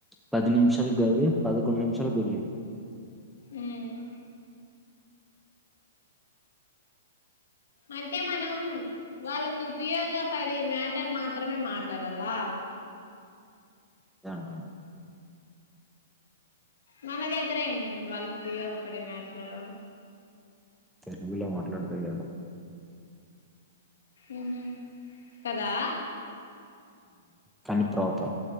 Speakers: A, in the centre; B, on the left.
A: పది నిమిషాలు గాదు పదకొండు నిమిషాలు బైట్ పోయింది
B: ఉ మ్ అంటే మనం వాళ్ళకి ఉపయోగపడే మ్య టర్ మాత్రమే మాట్లాడాల
A: దే అనుకుంట్
B: మన దగ్గర ఏముంటుంది వాళ్ళకి ఉపయోగపడే మ్యాటరు
A: తెలుగు లో మాట్లాడితే చాలు
B: ఉహు కదా
A: కానీ ప్రాపర్